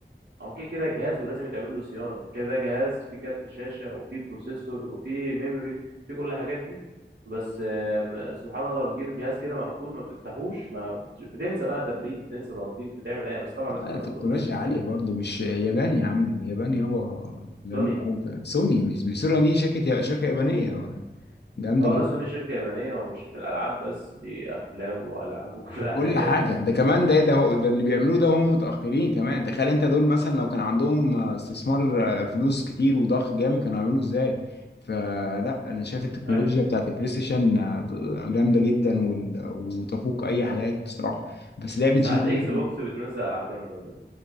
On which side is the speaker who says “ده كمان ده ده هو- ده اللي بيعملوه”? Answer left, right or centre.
Left